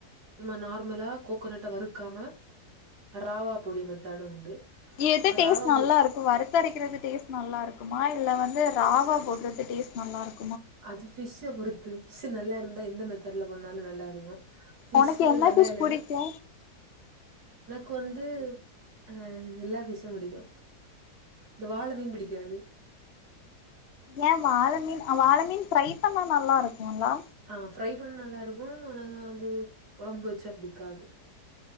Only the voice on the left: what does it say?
எது டேஸ்ட்
நல்லா
இருக்கு வறுத்தரைக்றது டேஸ்ட் நல்லா இருக்குமா இல்ல வந்து ராவா போடுறது டேஸ்ட் நல்லா இருக்குமா
உனக்கு என்ன
ஃபிஷ்
புடிக்கு
ஏ வாள மீன் வாள மீன் ஃப்ரை பண்ணா நல்லா இருக்குலா